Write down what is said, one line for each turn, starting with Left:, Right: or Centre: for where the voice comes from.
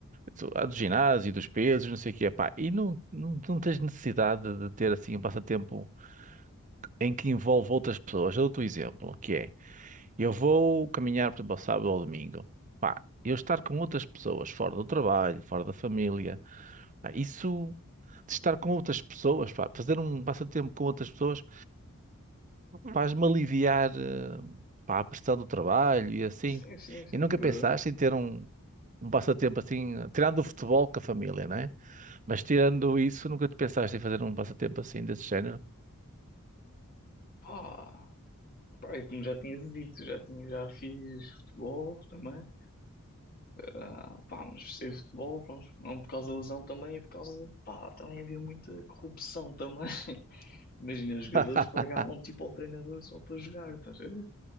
Right: do- há Do ginásio, dos pesos, não sei o que é pá, e não, não, não tens necessidade de ter assim um passatempo em que envolve outras pessoas. Eu dou-te um exemplo, que é. Eu vou caminhar, por exemplo, ao sábado ou ao domingo. Pá, eu estar com outras pessoas, fora do trabalho, fora da família, pá, isso de estar com outras pessoas, pá, fazer um passatempo com outras pessoas faz-me aliviar, eh, pá, a pressão do trabalho e assim.
Left: Sim, sim, sim,
Right: E nunca
Left: verdade.
Right: pensaste em ter um, um passatempo assim, tirando o futebol com a família, não é? Mas tirando isso, nunca te pensaste em fazer um passatempo assim desse género?
Left: Pá. Pá, e como já tinha dito, já tinha, já fiz futebol também. Ah, pá, mas sei futebol, pronto, não por causa da lesão também, é por causa de, pá, também havia muita corrupção também. <laughs> Imagina, os
Right: <laughs>
Left: jogadores pagavam tipo ao treinador só para jogar, estás a ver?